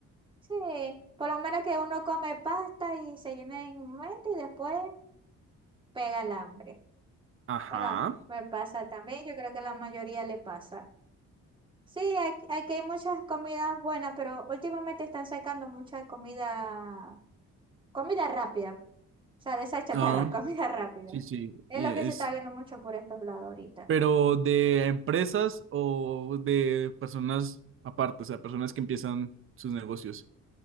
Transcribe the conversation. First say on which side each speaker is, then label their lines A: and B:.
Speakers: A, on the right; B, on the right.
A: Sí, por lo menos que uno come pasta y se llena en un momento y después pega el hambre.
B: ajá.
A: Bueno, me pasa también, yo creo que a la mayoría le pasa. Sí, hay- aquí hay muchas comidas buenas, pero últimamente están sacando mucha comida, comida rápida, o sea, de esa chatarra,
B: Ah,
A: <laughs> comida rápida.
B: sí, sí.
A: Es
B: Y
A: lo
B: es,
A: que se está viendo mucho por estos lados ahorita.
B: pero de empresas o de personas aparte, o sea, personas que empiezan sus negocios.